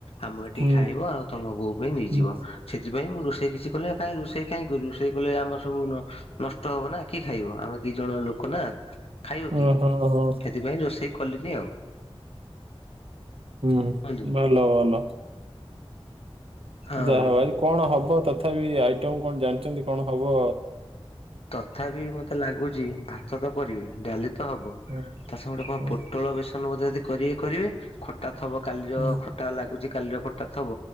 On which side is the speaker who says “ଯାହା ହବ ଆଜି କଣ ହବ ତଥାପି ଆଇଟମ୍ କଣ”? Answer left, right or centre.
Right